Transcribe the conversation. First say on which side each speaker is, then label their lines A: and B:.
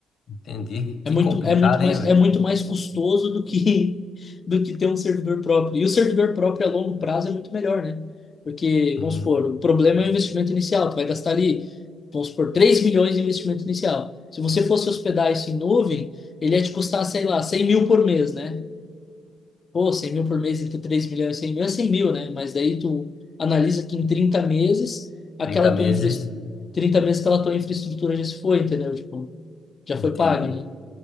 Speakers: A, on the left; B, on the left.
A: Entendi.
B: É
A: Que
B: muito,
A: complicado,
B: é muito mais,
A: hein, velho?
B: é muito mais custoso do que <laughs> do que ter um servidor próprio. E o servidor próprio a longo prazo é muito melhor, né? Porque,
A: Uhum.
B: vamos supor, o problema é o investimento inicial, tu vai gastar ali, vamos supor, 3 milhões de investimento inicial. Se você fosse hospedar isso em nuvem, ele ia te custar, sei lá, 100 mil por mês, né? Pô, 100 mil por mês entre 3 milhões e 100 mil é 100 mil, né? Mas daí tu analisa que em 30 meses, aquela
A: 30 meses.
B: tua infra... 30 meses aquela tua infraestrutura já se foi, entendeu? Tipo, já
A: Entendi.
B: foi paga, né?